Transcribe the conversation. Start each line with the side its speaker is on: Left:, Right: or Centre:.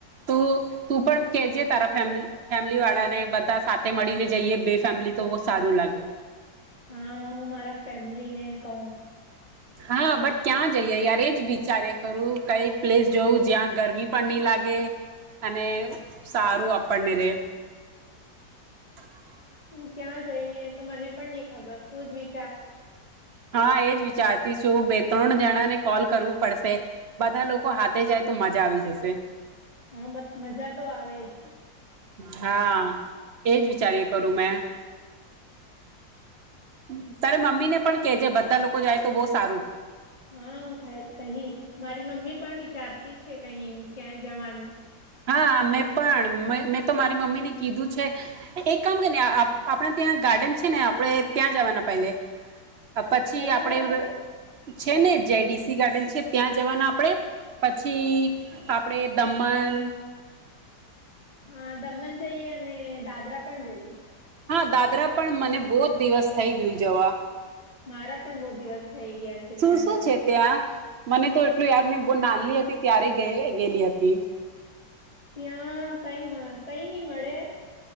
Right: તું તું પણ કે જે તારા ફેમ ફે ફેમલી વાળા ને બધા સાથે મળીને જઈએ બે ફેમિલી તો બહુ સારું લાગે
Left: હા હું મારા ફેમ લી ને કહું
Right: હા બટ ક્યાં જઈએ યાર એ જ વિચાર્યા કરું કઈ પ્લેસ જોવું જ્યાં ગરમી પણ નહી લાગે અને સારું આપ આપણ ને રે <inaudible>
Left: હું ક્યાં જઈએ તો મને પણ નહી ખબર તું જ વિચાર
Right: હા એજ વિચાર થી શું બે ત્રણ જણાને કોલ કરવું પડશે બધા લોકો હા થય જાય તો મજા આવી જશે
Left: હા મજા તો આવે જ
Right: હા એજ વિચારીએ કરું મેં <inaudible> પ્રથ તારે મમ્મી ને પણ કેજે બધા લોકો જાય તો બહ સારું
Left: હા હું કહીશ મારી મમ્મી પણ વિચારતી છે કઈ ક્યાંય જવાનું
Right: હા મેં પણ મેં તો મારી મમ્મીને કીધું છે એક કામ કરી નેઆપ આપણે ત્યાં ગાર્ડન છે ને આપણે ત્યાં જવાના પહેલે પછી
Left: કયું
Right: આપણે
Left: ગાર્ડન
Right: છે ને જેડીસી ગાર્ડન છે ત્યાં જવાના આપણે પછી આપણેે દમણ
Left: હા દમણ જઈએ અને દાદરા પણ જઈએ
Right: હા દાદરા પણ મને બહુ જ દિવસ થઈ ગયું જવા
Left: મારા પણ બહુ દિવસ થઈ ગયા છે
Right: શું
Left: ત્યાં
Right: શું
Left: જવા
Right: છે ત્યાં મને તો એટલું યાદ નહં બુ નાલી હતી ત્યારે ગ ગેલી હતી તે.
Left: ત્યાં કઈ મળે કઈ નઈ મળે